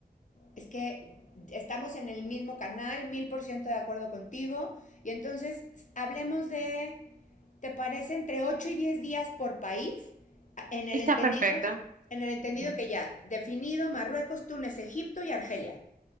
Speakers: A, on the left (about 50°); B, on the right (about 55°).
A: Es que estamos en el mismo canal, mil por ciento de acuerdo contigo, y entonces hablemos de, ¿te parece entre 8 y 10 días por país? En el
B: Está
A: entendido,
B: perfecta.
A: en el entendido
B: Ujú.
A: que ya, definido Marruecos, Túnez, Egipto y Argelia.